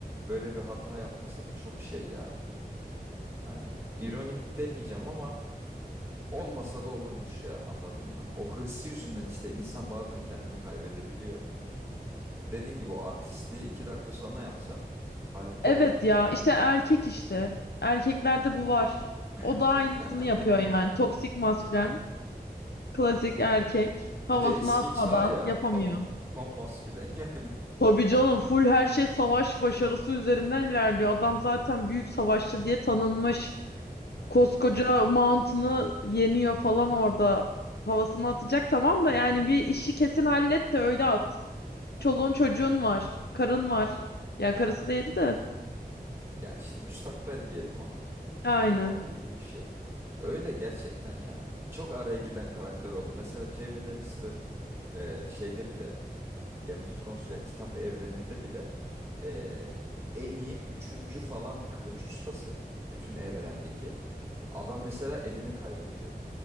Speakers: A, on the right (about 15°); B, on the left (about 80°).
A: böyle bir hata yapması da çok şey ya. Hani ironik demeyeceğim ama olmasa da olurmuş ya anladın mı? O hırsı yüzünden işte insan bazen kendini kaybedebiliyor. Dediğin gibi o artistliği iki dakika sonra yapsa hayatta
B: Evet
A: olacaktı
B: ya
A: yani.
B: işte erkek işte. Erkeklerde bu var.
A: <laughs>
B: O da aynısını yapıyor yani. Toksik maskülen, klasik erkek. Havasını
A: Bir de eski
B: atmadan
A: çağ ya
B: yapamıyor.
A: ta- tam maskülen yani. <laughs>
B: Tabii canım full her şey savaş başarısı üzerinden ilerliyor. Adam zaten büyük savaşçı diye tanınmış.
A: Evet
B: Koskoca Mountain'ı yeniyor falan orada. Havasını atacak tamam da yani bir işi kesin hallet de öyle at.
A: evet
B: Çoluğun çocuğun var. Karın var. Ya karısı değildi de.
A: ya işte müstakbel diyelim ona.
B: Aynen.
A: Onun gibi bir şey. Öyle gerçekten ya. Çok araya giden karakter oldu. Mesela Jaime Lannister e, şeyde bile Game of Thrones ya kitap evreninde bile e, en iyi üçüncü falan kılıç ustası bütün evrendeki. Adam mesela elini kaybediyor.